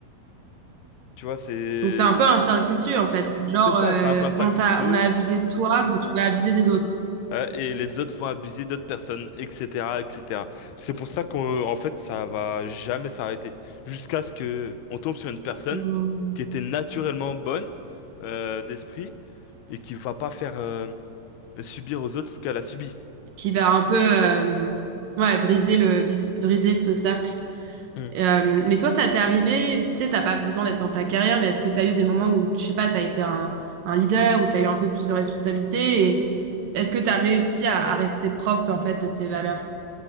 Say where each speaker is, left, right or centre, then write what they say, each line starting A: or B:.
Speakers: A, on the left (about 80°); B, on the right (about 65°).
A: Tu vois, c'est
B: Donc c'est un peu un cercle vicieux en fait. C'est Genre
A: c'est ça,
B: euh,
A: c'est un peu un cercle
B: on t'a
A: vicieux.
B: on a abusé de toi, donc tu vas abuser des autres.
A: Ouais, et les autres vont abuser d'autres personnes, etc., etc. C'est pour ça qu'en en fait, ça va jamais s'arrêter. Jusqu'à ce que on tombe sur une personne
B: Mhm.
A: qui était naturellement bonne euh, d'esprit et qui va pas faire euh, subir aux autres ce qu'elle a subi.
B: Qui va un peu euh, ouais, briser le bis- briser ce cercle.
A: Mm.
B: Euh, mais toi ça t'est arrivé, tu sais ça n'a pas besoin d'être dans ta carrière, mais est-ce que tu as eu des moments où je sais pas, tu as été un, un leader ou tu as eu un peu plus de responsabilité et est-ce que tu as réussi à, à rester propre en fait de tes valeurs?